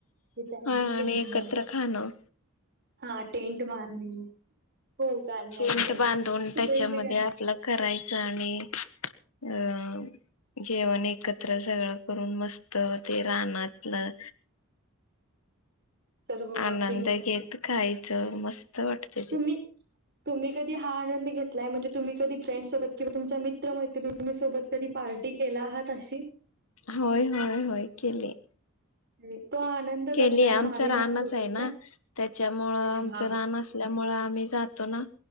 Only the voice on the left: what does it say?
हा
आणि
एकत्र खाणं
टेंन्ट
बांधून
त्याच्यामध्ये
आपलं करायचं आणि अ जेवण एकत्र सगळं करून मस्त होते रानातलं
आनंद
घेत खायच मस्त वाटत
ते
होय होय होय केले
केलीय
आमचं
रानच
आहे ना त्याच्यामुंळ
आमच
रान असल्यामुळे आम्ही जातो ना